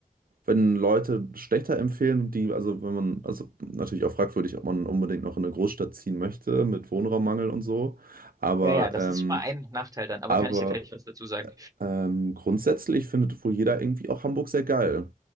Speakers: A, on the right; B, on the right.
A: wenn Leute schlechter empfehlen, die, also wenn man, also natürlich auch fragwürdig, ob man unbedingt noch in eine Großstadt ziehen möchte mit Wohnraummangel und so, aber,
B: ja, ja, das
A: ähm,
B: ist schon mal ein Nachteil dann, aber
A: aber
B: kann ich dir gleich was dazu sagen?
A: Ähm, grundsätzlich findet wohl jeder irgendwie auch Hamburg sehr geil.